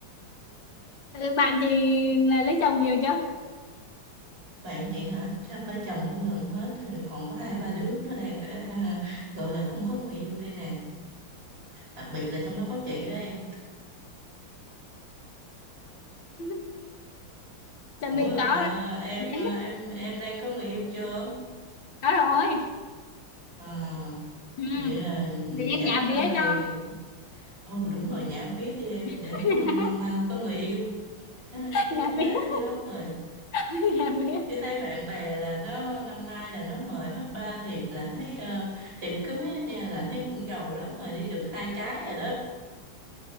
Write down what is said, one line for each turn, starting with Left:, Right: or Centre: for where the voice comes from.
Left: Ừ, bạn chị là lấy chồng nhiều chưa
Right: Bạn chị hả? chắc lấy chồng cũng gần hết rồi, còn có hai ba đứa nó đang ở, à, gọi là không có người yêu đây nè. Đặc biệt là trong đó có chị đó em.
Left: <laughs> chuẩn
Right: Ủa
Left: bị
Right: rồi
Left: có
Right: à, em
Left: Bé,
Right: à, em em đang có người yêu chưa?
Left: có rồi
Right: À,
Left: ừ.
Right: vậy là
Left: để em
Right: chắc
Left: nhà
Right: sau
Left: vía
Right: này
Left: cho
Right: ừ đúng rồi nhảm viết đi em
Left: <laughs>
Right: để à, mau mau có người yêu. <laughs> Ha, Chứ
Left: nhà
Right: thấy
Left: vía
Right: ế dữ lắm rồi.
Left: nhà vía
Right: Chứ thấy bạn bè là nó năm nay là nó mời hết ba thiệp là thấy à, thiệp cưới á nha là thấy cũng giàu lắm rồi đi được hai cái rồi đó.